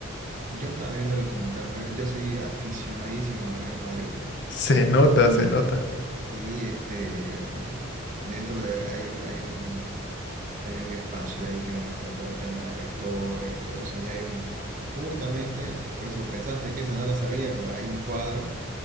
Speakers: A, on the right; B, on the left.
A: Yo estaba viendo el documental, pues yo soy aficionadísimo al Real Madrid
B: Se nota,
A: y,
B: se nota.
A: y este, mm, dentro de... Hay, un- hay un, hay un espacio ahí que muestra todo el tema de la historia y todo eso. Y hay un... Justamente, por eso pensaste que esa no la sabía, pero hay un cuadro,